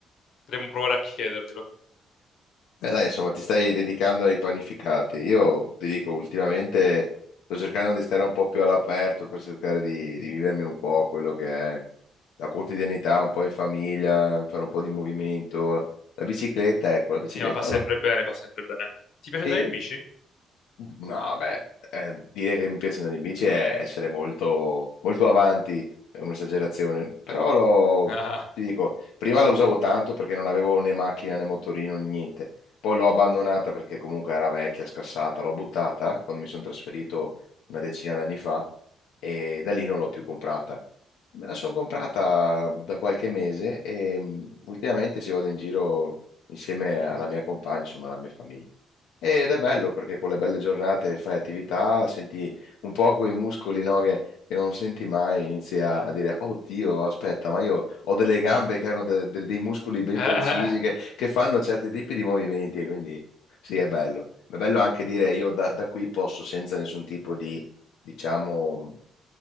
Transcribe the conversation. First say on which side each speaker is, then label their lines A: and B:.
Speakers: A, on the left (about 70°); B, on the left (about 90°).
A: potremmo provare a chiederglielo.
B: Beh, dai, insomma, ti stai dedicando ai panificati. Io ti dico, ultimamente sto cercando di stare un po' più all'aperto per cercare di, di vivermi un po' quello che è la quotidianità, un po' in famiglia, fare un po' di movimento. La bicicletta, ecco, la bicicletta,
A: Eh, ma fa sempre
B: alla-
A: bene, fa sempre bene. Ti piace
B: sì,
A: andare in bici?
B: No, beh, eh, dire che mi piacciono le bici è essere molto, molto avanti, è un'esagerazione, però lo-
A: <laughs>
B: ti dico, prima la usavo tanto perché non avevo né macchina né motorino né niente, poi l'ho abbandonata perché comunque era vecchia, scassata, l'ho buttata quando mi sono trasferito una decina d'anni fa e da lì non l'ho più comprata. Me la sono comprata da qualche mese e mm, ultimamente ci vado in giro insieme alla mia compagna, insomma alla mia famiglia. Ed è bello perché con le belle giornate fai attività, senti un po' quei muscoli, no, che, che non senti mai, inizi a, a dire, oddio, aspetta, ma io ho delle gambe che hanno de- de- dei muscoli ben
A: Ah,
B: precisi,
A: eh, eh, eh.
B: che, che fanno certi tipi di movimenti, e quindi sì, è bello. Ma è bello anche dire, io da, da qui posso senza nessun tipo di, diciamo,